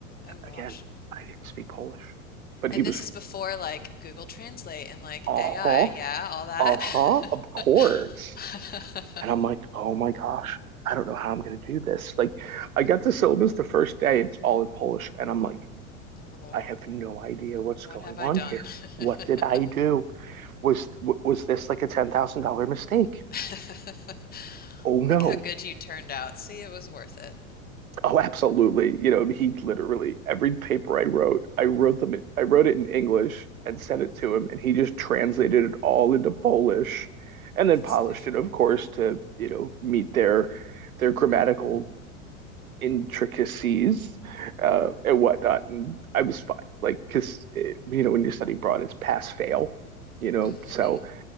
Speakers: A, on the left; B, on the right.
A: Oh gosh.
B: Again, I didn't speak Polish, but
A: And
B: he was
A: this is before like Google Translate and like
B: uh-huh,
A: AI, yeah, all that.
B: uh-huh, of course.
A: <laughs>
B: And I'm like, oh my gosh, I don't know how I'm gonna do this. Like, I got the syllabus the first day, it's all in Polish, and I'm like,
A: Oh Lord,
B: I have no idea what's
A: what
B: going
A: have
B: on
A: I done?
B: here.
A: <laughs>
B: What did I do? Was was this like a $10,000 mistake?
A: <laughs>
B: Oh no.
A: Look how good you turned out. See, it was worth it.
B: Oh, absolutely. You know, he literally every paper I wrote, I wrote them, I wrote it in English and sent it to him, and he just translated it all into Polish and then
A: That's
B: polished
A: so funny.
B: it, of course, to, you know, meet their their grammatical intricacies uh, and whatnot. And I was fine, like, because, you know, when you study abroad, it's pass fail, you know.
A: Mm-hmm.
B: So,